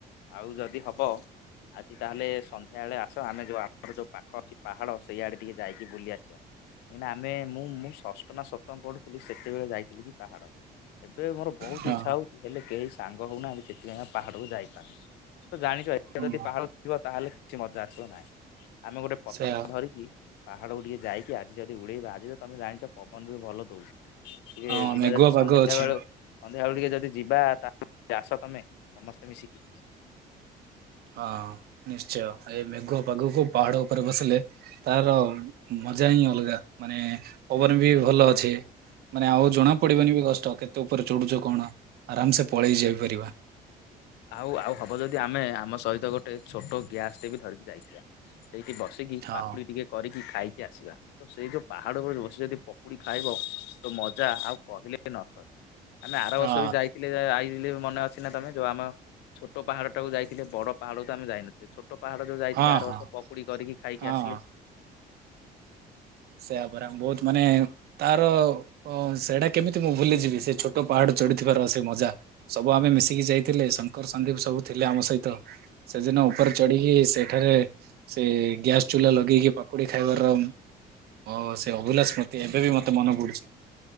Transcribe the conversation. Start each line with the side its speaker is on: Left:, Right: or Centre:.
Left: ଆଉ ଯଦି ହବ ଆଜି ତାହେଲେ ସନ୍ଧ୍ୟା ବେଳେ ଆସ ଆମେ ଯୋଉ ଆମର ଯୋଉ ପାଖ ଅଛି ପାହାଡ ସେଇଆଡେ ଟିକେ ଯାଇକି ବୁଲି ଆସିବା। ନା ଆମେ ମୁଁ ମୁଁ ଷଷ୍ଠ ନା ସପ୍ତମ ପଢୁଥିଲି ସେତେବେଳେ ଯାଇଥିଲି। ଥିଲ ପାହାଡ ଏବେ ମୋର ବହୁତ
Right: ହଁ
Left: ଇଚ୍ଛା ହଉଛି ହେଲେ କେହି ସାଙ୍ଗ ହଉନାହାନ୍ତି ସେଥିପାଇଁ ଆ ପାହାଡକୁ ଯାଇପାରୁନି ତ ଜାଣିଛ
Right: ହୁଁ
Left: ଯଦି ପାହାଡ଼ ବ ତାହେଲେ କିଛି ମଜା ଆସିବ ନାହିଁ ଆମେ ଗୋଟେ ପତ୍ର
Right: ସେୟା
Left: ଧରିକି ପାହାଡକୁୁ ଟିକେ ଯାଇକି ଆଜି ଯଦି ଉଡ଼େଇବାଜଜି ତମେ ଜାଣିଛ ପବନ ବି ଭଲ ଦୋଉଚି। ଟିକେ
Right: ହଁ
Left: ଯିବା
Right: ମେଘୁଆ
Left: ଯଦି
Right: ପାଗ
Left: ସନ୍ଧ୍ୟା
Right: ଅଛି।
Left: ବେଳୁ ସନ୍ଧ୍ୟା ବେଳୁ ଟିକେ ଯଦି ଯିବା ତା ଆସ ତମେ ସମସ୍ତେ ମିଶିକି
Right: ହଁ ନିଶ୍ଚୟ ଏ ମେଘ ପାଗକୁ ପାହାଡ ଉପରେ ବସିଲେ ତାର ମଜା ହିଁ ଅଲଗା ମାନେ ପବନ ବି ଭଲ ଅଛି। ମାନେ ଆଉ ଜଣା ପଡିବନି ବି କଷ୍ଟ କେତେ ଉପରେ ଚଢୁଛ କଣ ଆରାମ ସେ ପଳେଇ ଯାଇ ପାରିବ।
Left: ଆଉ ଆଉ ହବ ଯଦି ଆମେ ଆମ ସହିତ ଗୋଟେ ଛୋଟ ଗ୍ୟାସ୍ ଟେ ବି ଧରିକି ଯାଇଥିବା। ସେଇଠି ବସିକି
Right: ହଁ
Left: ପାକୁଡି ଟିକେ କରିକି ଖାଇକି ଆସିବା ତ ସେଇ ଯୋଉ ପାହାଡ ଉପରେ ବସି ଯଦି ପକୁଡି ଖାଇବ ତ ମଜା ଆଉ କହିଲେ ନ ସରେ ଆମେ ଆର
Right: ହଁ
Left: ବର୍ଷ ବି ଯାଇ ଆଇ <inaudible> ମନେ ଅଛି ନା ତମେ ଯୋଉ ଆମ ଛୋଟ ପାହାଡ ଟାକୁ ଯାଇଥିଲେ ବଡ ପାହାଡ ତୁ ଆମେ ଯାଇନଥିଲେ ଛୋଟ ଛୋଟ ପାହାଡ଼ ଯୋଉ ଯାଇଥିଲେ
Right: ହଁ
Left: ଆର
Right: ହଁ
Left: ସବ ପକୁଡି କରିକି ଖାଇକି
Right: ହଁ।
Left: ଆସିଲେ।
Right: ସେୟା ମାନେ ବୋହୁତ ମାନେ ତାର ହଁ ସେଇଟା କେମିତି ମୁଁ ଭୁଲିଯିବି ସେ ଛୋଟ ପାହାଡ ଚଢିଥିବାର ସେ ମଜା। ସବୁ ଆମେ ମିଶିକି ଯାଇଥିଲେ ଶଙ୍କର ସନ୍ଦୀପ ସବୁ ଥିଲେ ଆମ ସହିତ। ସେଦିନ ଉପରେ ଚଢିକି ସେଠାରେ ସେ ଗ୍ୟାସ ଚୁଲା ଲଗେଇକି ପାକୁଡି ଖାଇବାର। ଓ ସେ ଅଭିଲସ ସ୍ମୃତି ଏବେ ବି ମତେ ମନ ପୁଡୁଚି।